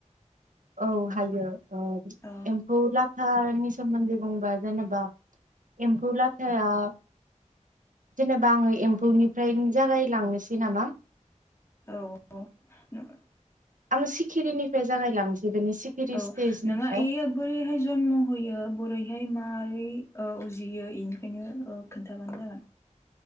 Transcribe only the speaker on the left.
औ
औ नों-
औ
नोंङहा एयो बोरैहाय जन्म होयो बोरैहाय ै उजियो इनिफ्रायनो ओ खोन्थाबानो जागोन।